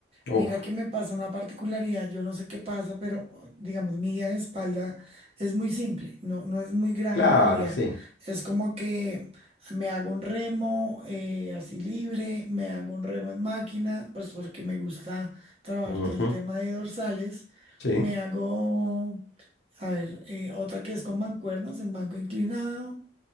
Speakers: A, on the left; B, on the right.
A: Uf.
B: Mira que me pasa una particularidad, yo no sé qué pasa, pero digamos, mi día de espalda es muy simple, no, no es muy grave
A: Claro,
B: en realidad.
A: sí.
B: Es como que me hago un remo eh, así libre, me hago un remo en máquina, pues porque me gusta trabajar
A: Ujú,
B: todo el tema de dorsales.
A: Sí.
B: Me hago, a ver, eh, otra que es con mancuernas en banco inclinado.